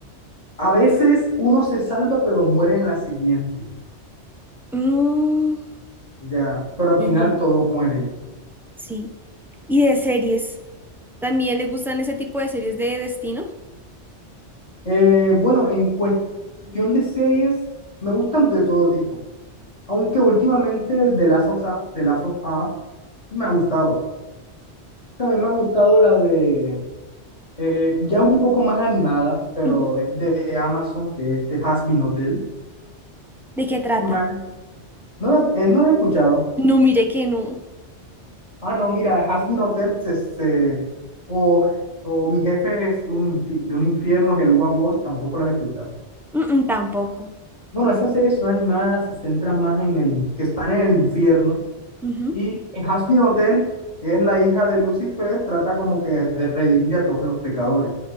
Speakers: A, on the left (about 30°); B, in the centre.
A: a veces uno se salva, pero muere en la siguiente.
B: Mm,
A: Ya, pero al
B: entiendo.
A: final todos mueren.
B: sí. Y de series. ¿También le gustan ese tipo de series de destino?
A: Eh, bueno, en cues- cuestión de series, me gustan de todo tipo. Aunque últimamente de Last of Us, The Last of Us me ha gustado. También me ha gustado la de, eh, ya un poco más animada, pero
B: Ujú.
A: es de Amazon, que es de Hazbin Hotel.
B: ¿De qué trata?
A: Ma- No la, eh, no la he escuchado.
B: No, mire que no.
A: Ah, no, mira, Has Been Hotel se, se- o, o Mi jefe es un infi- de un infierno, el Voz, tampoco las he escuchado.
B: Mm, mm, tampoco.
A: Bueno, esas series son animadas, se centran más en el, que están en el infierno.
B: Ujú.
A: Y en Has Been Hotel es la hija de Lucifer, trata como que de redimir a todos los pecadores.